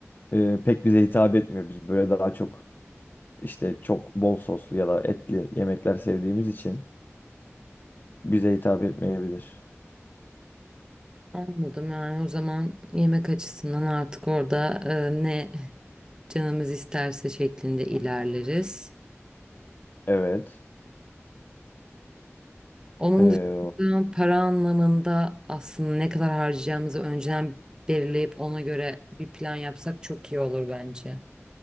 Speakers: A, on the left; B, on the right.
A: e, pek bize hitap etmiyor. Biz böyle daha çok işte çok bol soslu ya da etli yemekler sevdiğimiz için bize hitap etmeyebilir.
B: Anladım yani o zaman yemek açısından artık orada e, ne canımız isterse şeklinde ilerleriz.
A: Evet.
B: Onun
A: E,
B: dışında para anlamında aslında ne kadar harcayacağımızı önceden belirleyip ona göre bir plan yapsak çok iyi olur bence.